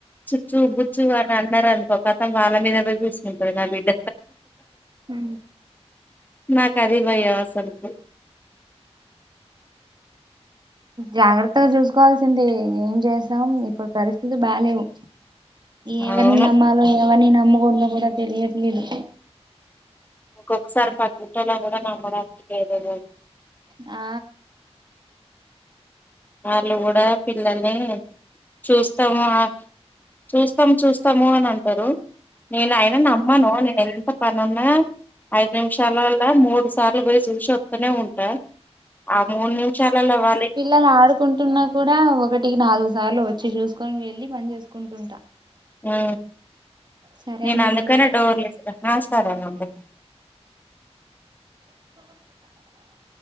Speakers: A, on the left; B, on the right.
A: చుచ్చు బుచ్చు అని అన్నారన్ కో ఖతం వాళ్ళ మీద నే కూసుంటాది నా బిడ్డ
B: హు
A: నాకు అది భయం అసలుకు
B: జాగ్రత్తగా చూసుకోవాల్సింది. ఏం చేస్తాం ఇప్పుడు పరిస్థితులు బాలేవు
A: <inaudible>
B: ఎవరిని
A: అవును
B: నమ్మాలో ఎవరిని నమ్మకూడదో కూడా తెలియట్లేదు
A: ఒక్కొక్కసారి పక్కింట్టోళ్ళను కూడా నమ్మడానికి లేదు
B: ఆ
A: వాళ్ళు కూడా పిల్లల్ని చేస్తాము ఆ చూస్తాము చూస్తాము అని అంటారు నేను ఆయన నమ్మను నేను ఎంత పనున్న ఐదు నిమిషాలల్ల మూడు సార్లు పోయి చూసి ఒత్తనే ఉంటా ఆ మూడు నిమిషాలలో వాళ్ళ
B: <unintelligible> ఆడుకుంటున్నా కూడా ఒకటికి నాలుగు సార్లు వచ్చి చూసుకొని వెళ్ళి పని చేసుకుంటుంటా
A: ఉ
B: సరే
A: నేను
B: అండి
A: అందుకనే
B: మరి ఉం
A: డోర్లేస్త ఆ సరేనండి
B: <inaudible>